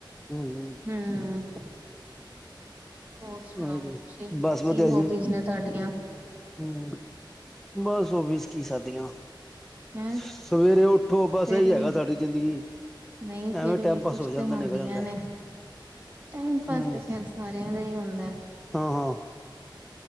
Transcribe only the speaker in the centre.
ਹਮ-ਹਮ।
ਉਹੀ ਤੇ
ਬਸ ਵਧੀਆ
ਜੀ
ਹੂੰ, ਬਸ ਹੋਬੀਜ਼ ਕੀ ਸਾਡੀਆਂ।
ਸਵੇਰੇ ਉੱਠੋ, ਬਸ
ਇਹੀ ਹੈਗਾ
ਸਾਡੀ ਜ਼ਿੰਦਗੀ।
ਐਵੇਂ
ਟਾਈਮ
ਪਾਸ
ਹੋ ਜਾਂਦਾ
ਨਿਕਲ ਜਾਂਦਾ
ਹੂੰ
ਹਾਂ -ਹਾਂ।